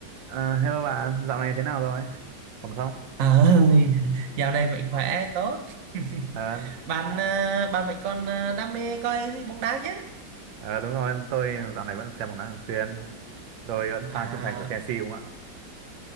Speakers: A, on the right (about 85°); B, on the right (about 55°).
A: Ờ, hello bạn, dạo này thế nào rồi? Còn không?
B: Ờ, dạo này vẫn khỏe tốt. <laughs>
A: Ờ,
B: Bạn à, bạn vẫn còn à, đam mê coi bóng đá chứ?
A: ờ, đúng rồi, tôi dạo này vẫn xem bóng đá thường xuyên. Tôi vẫn
B: À,
A: fan trung thành của Chelsea đúng không ạ?